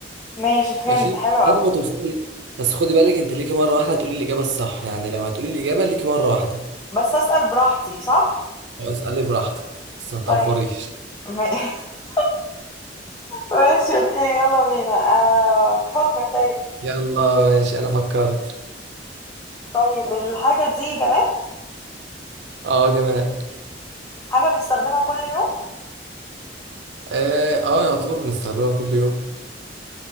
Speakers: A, on the left (about 20°); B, on the right (about 70°).
A: ماشي فهمت
B: ماشي
A: حلو قوي
B: لحد ما توصلي بس خدي بالك انت ليكي مره واحده هتقولي الاجابه الصح يعني لو هتقولي الاجابه ليكي مره واحده
A: بس اسال براحتي صح
B: أو اسالي براحتك بس ما تقفريش
A: طيب ما- <laughs> ماشي اوكي يلا بينا آه فكر طيب
B: يلا ماشي انا فكرت
A: طيب الحاجه دي جماد
B: اه يا جماعه
A: حاجه بنستخدمها كل يوم
B: اه آه، يعتبر بنستخدمها كل يوم